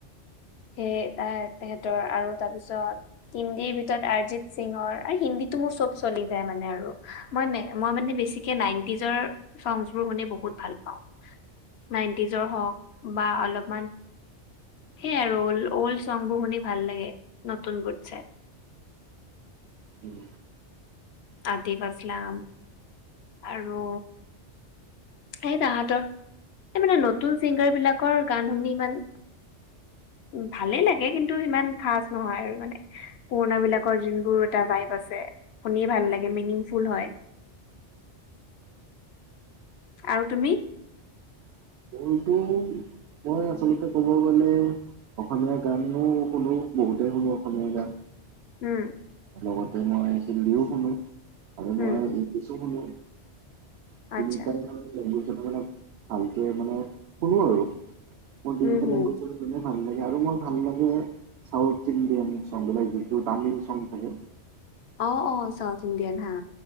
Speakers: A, on the left; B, on the right.
A: সেই ত তেহেতৰ আৰু তাৰ পিছত হিন্দীৰ ভিতৰত আৰ্জিত সিঙঁহৰ আৰু হিন্দী মোৰ চব চলি যায় মানে আৰু মই মানে বেছিকে নাইন টিজৰ চঙ বোৰ শুনি বহুত ভাল পাওঁ নাইনটিজৰ হওক বা অলপ সেই আৰু অল্ড চংবোৰ শুনি ভাল লাগে নতুন বুতছে
B: উম
A: আতিম আপফ্লাম আৰু এই তাহতৰ এই মানে নতুন চিংগাৰ বিলাকৰ গান শুনি ইমান
B: <unintelligible>
A: উ ভালে লাগে কিন্তু ইমান খাচ নহয় আৰু মানে পুৰণা বিলাকৰ যোনবোৰ এটা বাইক আছে। শুনি ভাল লাগে মিনিং ফুল হয়
B: <unintelligible>
A: আৰু তুমি
B: মটো মই আচলতে ক'ব গলে অসমীয়া গানো শুনো বহুতেই শুনো অসমীয়া গান
A: উম
B: লগতে মই হিন্দীও শুনো আৰু
A: উম
B: মই ইংলিছো শুনো তিনিটা
A: আচ্ছা
B: লেংগুৱেজ মানে ভালকে মানে শুনো আৰু মোৰ <unintelligible>
A: হুম হুম
B: এতিয়া আৰু মোৰ ভাল লাগে চাউথ ইণ্ডিয়ান চঙ বিলাক যিটো তামিল চঙ থাকে
A: অ অ চাউথ ইণ্ডিয়ান হা